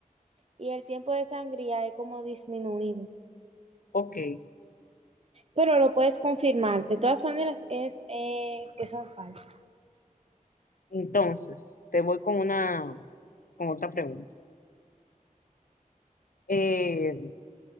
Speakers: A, on the right (about 45°); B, on the left (about 75°).
A: y el tiempo de sangría es como disminuido,
B: ok.
A: pero lo puedes confirmar. De todas maneras, es eh, que son falsas,
B: entonces te voy con una, con otra pregunta. Eh,